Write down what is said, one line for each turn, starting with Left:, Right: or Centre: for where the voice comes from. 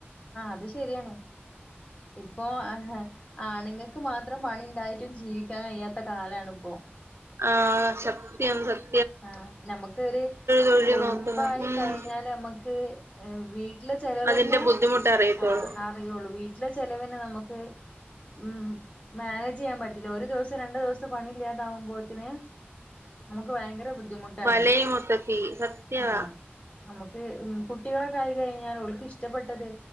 Left: അത് ശരിയാണ് ഇപ്പോ ഹ്ഹ ആണുങ്ങൾക്ക് മാത്രം പണി ഉണ്ടായിട്ടും ജീവി ക്കാൻ കയിയാത്ത കാലാണ്പ്പൊ
Right: ആ സത്യം സത്
Left: ആ നമുക്കൊരു
Right: തൊഴിൽ
Left: കുടുംബായി
Right: നോക്കുന്നത് ഉം
Left: കഴിഞ്ഞാല് മ്മക്ക് വീട്ടിൽ ട്ട്ലെ ചെലവന്നെ
Right: അതിന്റെ ബുദ്ധിമുട്ട് അറിയത്തോളൂ
Left: ആ അറിയുള്ളൂ വീട്ടിലെ ചെലവന്നെ നമ്മക്ക് ഉം മാനേജ് ചെയ്യാൻ പ റ്റ്ല ഒര്ദിവസം രണ്ട് ദിവസം പണില്ലാണ്ടാവുമ്പോത്തെന് നമ്മക്ക് ഭയങ്കര ബുദ്ധിമുട്ടാണ്
Right: വലയും മൊത്തത്തി സത്യവ
Left: ആ നമുക്ക് ഉം കുട്ടികളൊക്കായി കഴിഞ്ഞ ഓൾക്ക് ഇഷ്ട്ട പെട്ടത്